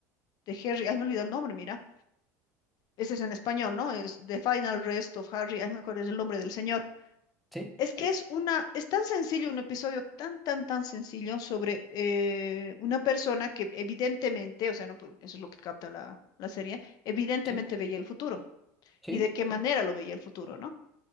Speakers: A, on the left (about 55°); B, in the centre.
A: de Harry, ay, me olvidó el nombre, mira. Ese es en español, ¿no? Es The Final Rest of Harry, ay, me acuerdo es el nombre del señor.
B: Sí.
A: Es que es una, es tan sencillo, un episodio tan, tan, tan sencillo sobre eh, una persona que evidentemente, o sea, no, pues, eso es lo que capta la, la serie, evidentemente
B: Sí.
A: veía el futuro
B: Sí.
A: y de qué Claro. manera lo veía el futuro, ¿no?